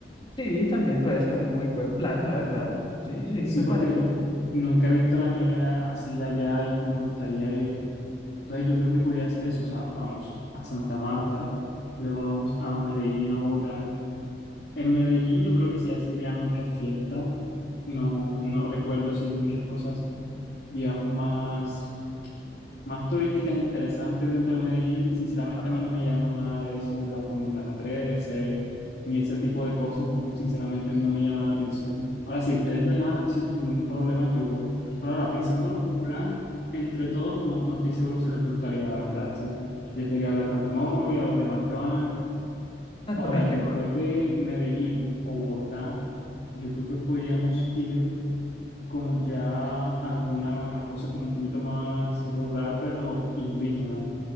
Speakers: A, on the left; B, on the left.
A: Sí, sí, también puede ser un muy buen plan, la verdad. Sí, sí,
B: Sí,
A: me parece.
B: porque nunca he visto la nieve a- así allá y me gustaría ir. Entonces, yo creo que podría hacer eso. O sea, vamos a Santa Marta, luego vamos a Medellín o Bogotá En Medellín yo creo que sí así a muchas fiestas. No, no recuerdo si hay muchas cosas, digamos, más, más turísticas interesantes dentro de Medellín. Sinceramente
A: Ajá.
B: a mí no me llama nada de eso de la Comuna 13 ni ese tipo de cosas. No, sinceramente no me llaman la atención. Ahora, si a ustedes le llaman la atención, sin ningún problema, yo voy. Pero ahora, pensándolo como plan, entre todos, no, no estoy seguro si les gustaría, la verdad. sí. Ya sería hablar con tu novia, los demás que van.
A: Exacto,
B: Ahora,
A: es
B: después
A: que,
B: de Medellín o Bogotá, yo creo que podíamos ir como ya a alguna cosa como un poquito más rural, pero indígena.